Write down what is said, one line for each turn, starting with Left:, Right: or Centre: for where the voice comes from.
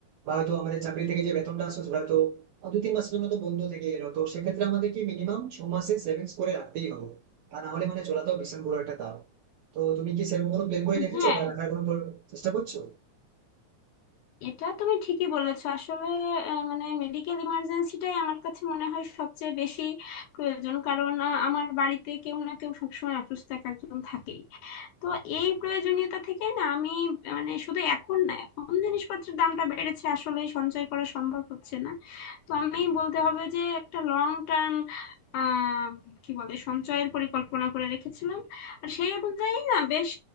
Right: বা হয়তো আমাদের চাকরি থেকে যে বেতনটা আসলো সেটা হয়তো আহ, দু তিন মাসের জন্য তো বন্ধ থেকে এলো তো সেক্ষেত্রে আমাদের কি মিনিমাম ছ মাসের সেভিংস করে রাখতেই হবে তা না হলে মানে চলাতেও ভীষণ বড় একটা দাও তো তুমি কি সেরকম কোনো প্ল্যান করে রেখেছো
Left: হ্যাঁ
Right: বা রাখার কোনো পরি- চেষ্টা করছো
Left: এটা তুমি ঠিকই বলেছো আসলে আহ, মানে মেডিকেল ইমার্জেন্সিটাই আমার কাছে মনে হয় সবচেয়ে বেশি প্রয়োজন কারণ আহ, আমার বাড়িতে কেউ না কেউ সবসময় অসুস্থ এক একজন থাকেই তো এই প্রয়োজনীয়তা থেকে না আমি মানে শুধু এখন না এখন জিনিসপত্রের দামটা বেড়েছে আসলে সঞ্চয় করা সম্ভব হচ্ছে না তো আমি বলতে হবে যে একটা লং টার্ম আহ কি বলে সঞ্চয়ের পরিকল্পনা করে রেখেছিলাম আর সেই অনুযায়ী না বেশ